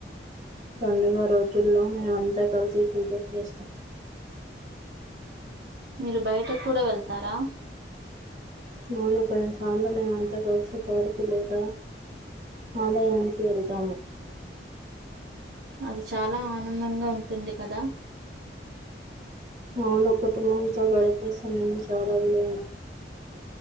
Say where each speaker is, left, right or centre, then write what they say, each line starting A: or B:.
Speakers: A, on the right; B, on the right.
A: పండుగ రోజుల్లో మేమంతా కలిసి పూజల్ జేస్తాం.
B: మీరు బయటక్కూడా వెళ్తారా?
A: అవును కొన్నిసార్లు మేమంతా కలిసి పార్కు లేదా ఆలయానికి వెళ్తాము.
B: అది చాలా ఆనందంగా ఉంటుంది కదా?
A: అ వును కుటుంబంతో గడిపే సమయం చాలా విలువైనది.